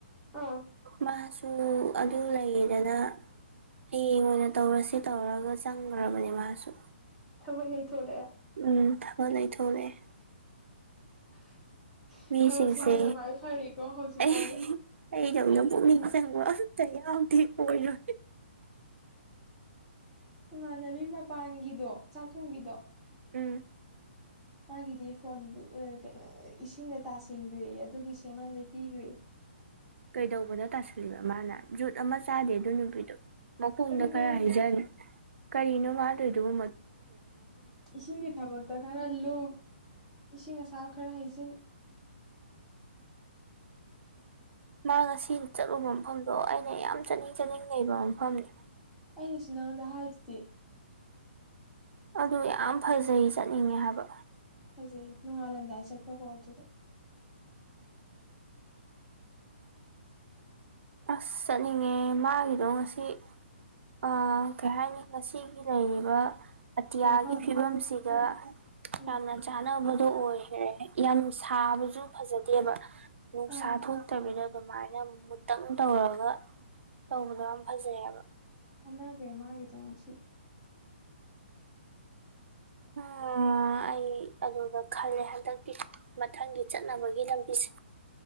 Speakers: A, in the centre; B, on the right (about 85°).
A: ꯑꯥ
B: ꯃꯥꯁꯨ ꯑꯗꯨ ꯑꯗꯨ ꯂꯩꯗꯅ ꯍꯌꯦꯡ ꯑꯣꯏꯅ ꯇꯧꯔꯁꯤ ꯇꯧꯔꯒ ꯆꯪꯉ ꯃꯔꯕꯅꯤ ꯃꯥꯁꯨ
A: ꯊꯕꯛ ꯍꯦꯛ ꯊꯣꯛꯂꯛꯑꯦ
B: ꯎꯝ ꯊꯕ ꯂꯩ ꯊꯅꯦꯦ
A: <inaudible>
B: ꯃꯤꯁꯤꯡꯁꯦ
A: ꯊꯕꯛꯁꯤ ꯅꯪꯅ ꯈ꯭ꯋꯥꯏ ꯐꯔꯤꯀꯣ ꯍꯧꯖꯤꯛ
B: ꯑꯩ
A: ꯐꯥꯎꯗ
B: ꯑꯩꯗꯧꯅ ꯄꯨꯛꯅꯤꯡ ꯆꯪꯕ ꯇ ꯌꯥꯎꯗꯦ ꯑꯣꯏꯔꯣꯏ
A: ꯏꯃꯥꯟꯅꯕꯤ ꯃꯄꯥꯟꯒꯤꯗꯣ ꯆꯥꯛ ꯊꯣꯡꯕꯤꯗꯣ
B: ꯎꯝ
A: ꯃꯥꯒꯤꯗꯤ ꯐꯣꯟꯗꯨ ꯏꯁꯤꯡꯗ ꯇꯥꯁꯤꯟꯈ꯭ꯔꯦ ꯑꯗꯨꯒꯤ ꯁꯦꯝꯃꯟꯗ ꯄꯤꯈ꯭ꯔꯦ
B: ꯀꯩꯗꯧꯕꯗ ꯇꯥꯁꯜꯂꯤꯕ ꯃꯥꯅ ꯖꯨꯠ ꯑꯃ ꯆꯥꯗꯦ ꯑꯗꯨ ꯅꯨꯄꯤꯗꯨ ꯃꯈꯣꯡꯗ
A: ꯑꯗꯨꯅꯦ
B: ꯈꯔ
A: ꯍꯥꯏꯁꯦ
B: ꯍꯩꯖꯟ ꯀꯔꯤꯅꯣ ꯃꯥ ꯇꯧꯔꯤꯗꯨꯕꯨ
A: ꯏꯁꯤꯡꯒꯤ ꯊꯕꯛꯇ ꯈꯔ ꯂꯨ ꯏꯁꯤꯡ ꯑꯁꯕ ꯈꯔ ꯍꯩꯖꯤꯟ
B: ꯃꯥꯅ ꯉꯁꯤ ꯆꯠꯂꯨꯕ ꯃꯐꯝꯗꯣ ꯑꯩꯅ ꯌꯥꯝ ꯆꯠꯅꯤꯡ ꯆꯠꯅꯤꯡ ꯂꯩꯕ ꯃꯐꯝꯅꯤ
A: ꯑꯩꯅꯁꯨ ꯅꯉꯣꯟꯗ ꯍꯥꯏꯗꯨꯗꯤ
B: ꯑꯗꯨ ꯌꯥꯝ ꯐꯖꯩ ꯆꯠꯅꯤꯡꯉꯦ ꯍꯥꯏꯕ
A: ꯐꯖꯩ ꯅꯣꯡꯉꯥꯜꯂꯝꯗꯥꯏ ꯆꯠꯄꯀꯣ ꯑꯗꯨꯒ
B: ꯑꯁ ꯆꯠꯅꯤꯡꯉꯦ ꯃꯥꯒꯤꯗꯣ ꯉꯁꯤ ꯑꯁ ꯀꯩ ꯍꯥꯏꯅꯤ ꯉꯁꯤꯒꯤ ꯂꯩꯔꯤꯕ ꯑꯇꯤꯌꯥꯒꯤ
A: ꯄꯨꯡꯐꯝ
B: ꯐꯤꯕꯝꯁꯤꯒ
A: ꯎꯝ ꯎꯝ
B: ꯌꯥꯝꯅ ꯆꯥꯟꯅꯕꯗꯣ ꯑꯣꯏꯈ꯭ꯔꯦ ꯌꯥꯝ ꯁꯥꯕꯁꯨ ꯐꯖꯗꯦꯕ ꯅꯨꯡꯁꯥ
A: ꯑꯥ
B: ꯊꯣꯛꯇꯕꯤꯗ ꯑꯗꯨꯃꯥꯏꯅ ꯃꯨꯠ ꯈꯤꯇꯪ ꯇꯧꯔꯒ ꯇꯧꯕꯗꯣ ꯌꯥꯝ ꯐꯖꯩ ꯍꯥꯏꯕ
A: ꯑꯃꯖ ꯃꯥꯒꯤꯗꯣ ꯉꯁꯤ
B: ꯑꯣ ꯑꯩ ꯑꯗꯨꯒ ꯈꯜꯂꯦ ꯍꯟꯗꯛꯇꯤ ꯃꯊꯪꯒꯤ ꯆꯠꯅꯕꯒꯤ ꯂꯝꯕꯤꯁꯦ